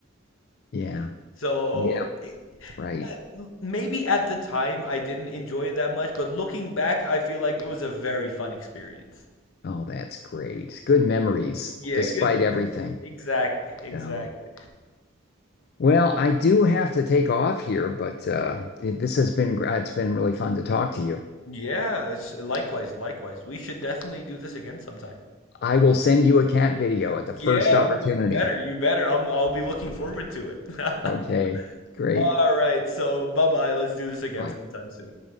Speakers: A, on the left (about 50°); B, on the left (about 65°).
A: Yeah.
B: So
A: Yeah.
B: it-
A: Right.
B: uh, maybe at the time I didn't enjoy it that much, but looking back, I feel like it was a very fun experience.
A: Oh, that's great. Good memories,
B: Yeah,
A: despite
B: good memories.
A: everything.
B: Exactly, exactly.
A: So, well, I do have to take off here, but uh, it- this has been, gr- it's been really fun to talk to you.
B: Yeah, it's- likewise, likewise. We should definitely do this again sometime.
A: I will send you a cat video at the first
B: Yeah,
A: opportunity.
B: you better, you better. I'm, I'll be looking forward to it.
A: Okay.
B: <laughs>
A: Great.
B: All right, so bye-bye. Let's do this again
A: Bye.
B: sometime soon.